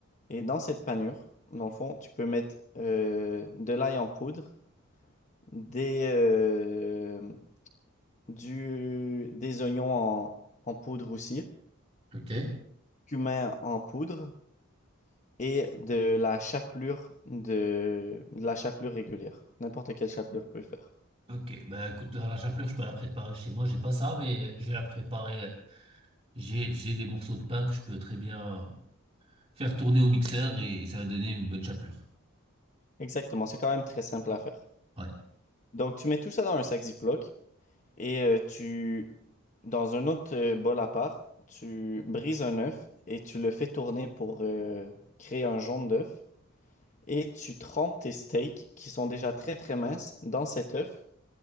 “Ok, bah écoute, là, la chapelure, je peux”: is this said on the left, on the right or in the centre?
Right